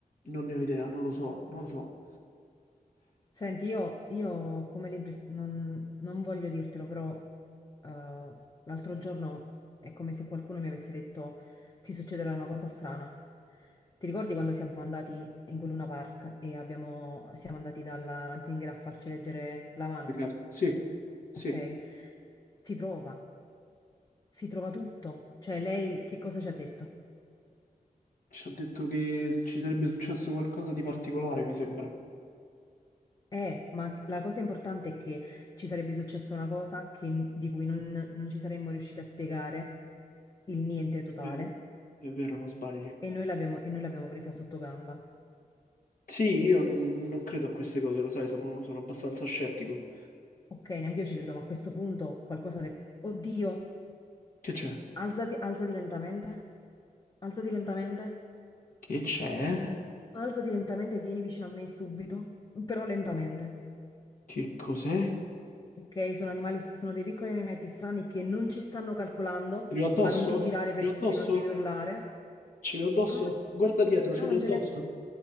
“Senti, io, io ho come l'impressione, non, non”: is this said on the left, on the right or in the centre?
Left